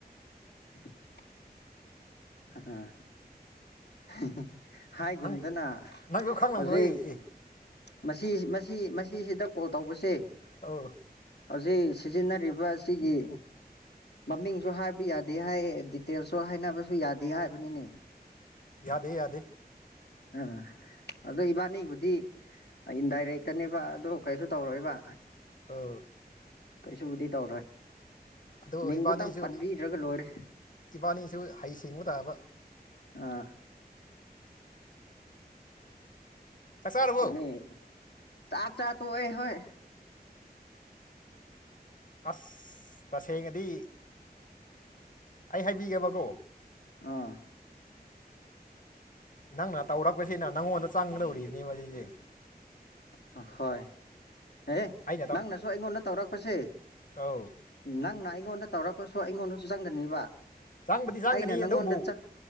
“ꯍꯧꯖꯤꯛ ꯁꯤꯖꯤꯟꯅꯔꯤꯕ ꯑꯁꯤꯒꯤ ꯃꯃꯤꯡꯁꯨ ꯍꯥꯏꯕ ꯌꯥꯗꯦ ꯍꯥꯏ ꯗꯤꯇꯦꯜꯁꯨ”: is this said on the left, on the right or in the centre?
Left